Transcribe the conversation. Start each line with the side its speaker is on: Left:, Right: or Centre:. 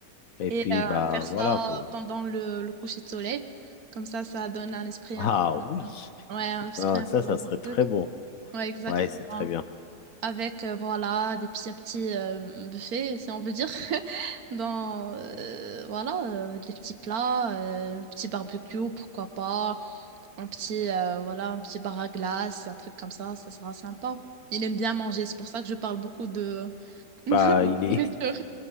Left: Et
Right: Et
Left: puis,
Right: euh,
Left: bah
Right: faire ça
Left: voilà, vous.
Right: pendant le, le coucher de soleil. Comme ça, ça donne un esprit
Left: Ah
Right: un peu,
Left: oui,
Right: ouais, un esprit
Left: ah,
Right: un
Left: ça,
Right: peu
Left: ça
Right: romantique.
Left: serait très bon.
Right: Ouais, exactement.
Left: Ouais, c'est très bien.
Right: avec euh, voilà des petits un petit euh, buffet si on veut dire <laughs> dans euh,
Left: Mhm.
Right: voilà euh, des petits plats euh, un petit barbecue pourquoi pas un petit euh, voilà un petit bar à glace un truc comme ça ça sera sympa il aime bien manger c'est pour ça que je parle beaucoup de <laughs> de
Left: Bah, il est...
Right: nourriture
Left: <laughs>